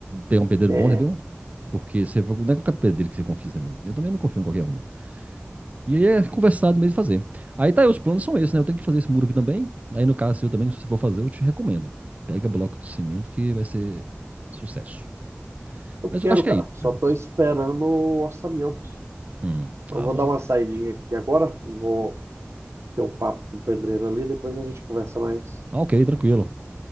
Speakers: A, on the right (about 35°); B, on the right (about 85°).
A: Pegar um pedreiro
B: É,
A: bom, entendeu? Porque você vai- não é qualquer pedreiro que você confia também. Eu também não confio em qualquer um. E aí é conversado mesmo e fazer. Aí tá aí, os planos são esses, né? Eu tenho que fazer esse muro aqui também. Aí no caso seu também, se você for fazer, eu te recomendo. Pega bloco de cimento que vai ser sucesso.
B: eu
A: Mas
B: quero,
A: eu acho que
B: cara.
A: é isso,
B: Só
A: cara.
B: tô esperando o orçamento.
A: Hum,
B: Eu
A: ah,
B: vou
A: bom.
B: dar uma saidinha aqui agora. Vou ter um papo com o pedreiro ali, depois a gente conversa mais.
A: Ah, ok, tranquilo.